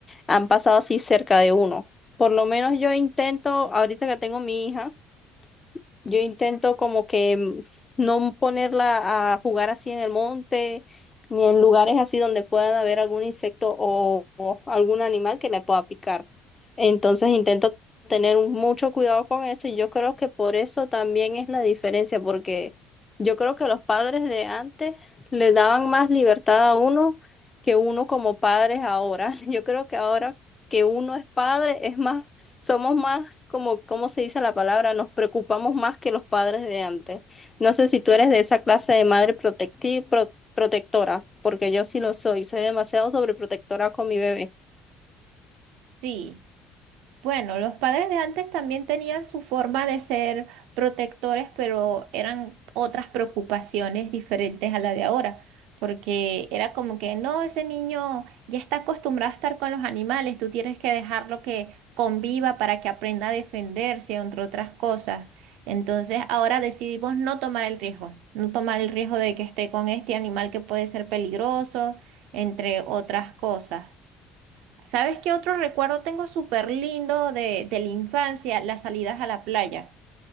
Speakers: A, on the left; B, on the right.
A: han pasado así cerca de uno. Por lo menos yo intento, ahorita que tengo mi hija, Yo intento como que mm, no ponerla a jugar así en el monte, ni en lugares así donde pueda haber algún insecto o, o algún animal que le pueda picar. Entonces intento tener un- mucho cuidado con eso y yo creo que por eso también es la diferencia, porque yo creo que los padres de antes le daban más libertad a uno que uno como padres ahora. <laughs> Yo creo que ahora que uno es padre es más somos más, como, ¿cómo se dice la palabra? Nos preocupamos más que los padres de antes. No sé si tú eres de esa clase de madre protecti- pro- protectora, porque yo sí lo soy. Soy demasiado sobreprotectora con mi bebé.
B: Sí. Bueno, los padres de antes también tenían su forma de ser protectores, pero eran otras preocupaciones diferentes a la de ahora, porque era como que, no, ese niño ya está acostumbrado a estar con los animales, tú tienes que dejarlo que conviva para que aprenda a defenderse, entre otras cosas. Entonces, ahora decidimos no tomar el riesgo, no tomar el riesgo de que esté con este animal que puede ser peligroso, entre otras cosas. ¿Sabes qué otro recuerdo tengo súper lindo de, de la infancia? Las salidas a la playa.